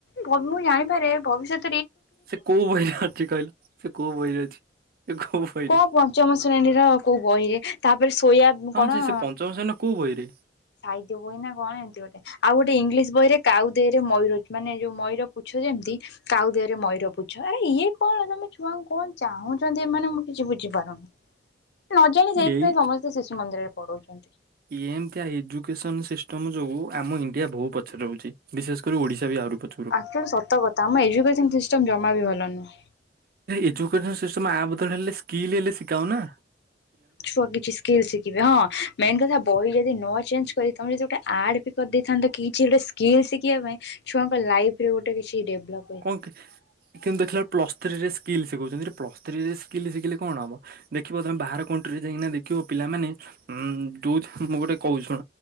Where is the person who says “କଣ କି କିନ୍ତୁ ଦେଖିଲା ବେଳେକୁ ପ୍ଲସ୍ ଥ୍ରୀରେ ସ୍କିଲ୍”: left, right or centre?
Right